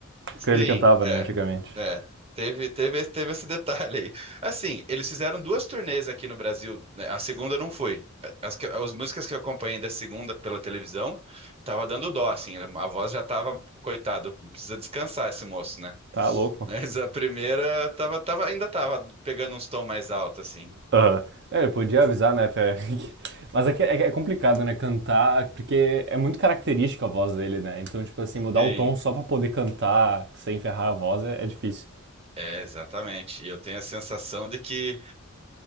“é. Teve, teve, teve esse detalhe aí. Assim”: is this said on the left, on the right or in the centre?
Right